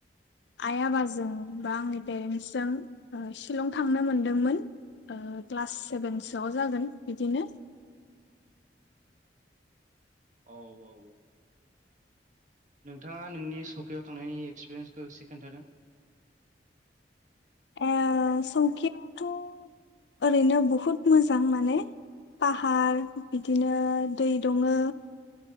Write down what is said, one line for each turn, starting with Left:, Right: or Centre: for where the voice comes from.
Left: आइ आबाजों बा आंनि पेरेन्टसजों ओ शिलं थांनो मोनदोंमोन? ओ क्लास सेभेनसोआव जागोन बिदिनो
Right: औ औ नोंथाङा नोंनि सकायाव थांनायनि एक्सपिरियेन्सखौ एसे खोन्थादों
Left: ए संखयावथ' ओरैनो बहुत मोजां माने पाहार बिदिनो दै दङो